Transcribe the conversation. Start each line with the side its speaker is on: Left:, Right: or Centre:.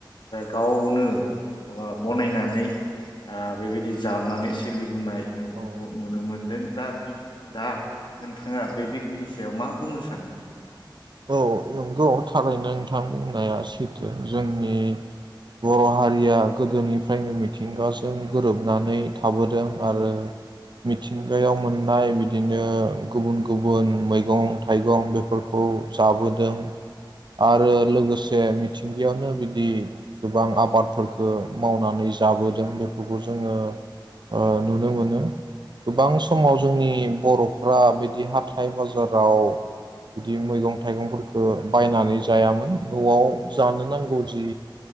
Left: गावनो बनायनानै। ओ बेबायदि जानानै सोलिबोनाय। जों बेखौ
Right: औ
Left: नुनो मोनदों। दा दा नोंथाङा बे बिखयनि सायाव मा बुंनो सानो।
Right: औ नंगौ थारैनो नोंथां बुंनाया सैथो जोंनि बर' हारिया गोदोनिफ्रायनो मिथिंगाजों गोरोबनानै थाबोदों आरो मिथिंगायाव मोननाय बिदिनो गुबुन गुबुन मैगं थाइगं बेफोरखौ। जाबोदों आरो लोगोसे मिथिंगायावनो बिदि गोबां आबादफोरखौ मावनानै जाबोदों बेफोरखौ जोङो ओ नुनो मोनो गोबां समाव जोंनि बर'फ्रा बिदि हाथाइ बाजाराव बिदि मैगं। थाइगंफोरखौ बायनानै जायामोन न'आव। जानो
Left: औ
Right: नांगौ जि।